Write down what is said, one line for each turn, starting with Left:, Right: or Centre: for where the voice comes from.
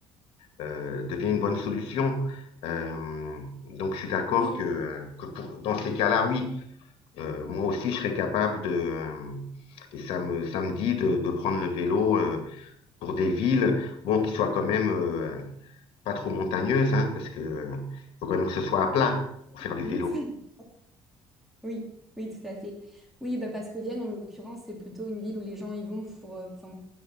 Left: euh, devient une bonne solution. Euh, donc, je suis d'accord
Centre: Oui,
Left: que, que pour, dans ces cas-là, oui, euh, moi aussi, je serais capable de, euh, et ça me, ça me dit de, de prendre le vélo euh, pour des villes, bon, qui soient quand même euh, pas trop montagneuses, hein, parce que euh, faut quand même que ce soit à plat pour faire du
Centre: Mm.
Left: vélo.
Centre: <laughs> oui, oui, tout à fait. Oui, bah parce que Vienne, en l'occurrence, c'est plutôt une ville où les gens y vont pour, euh, 'fin,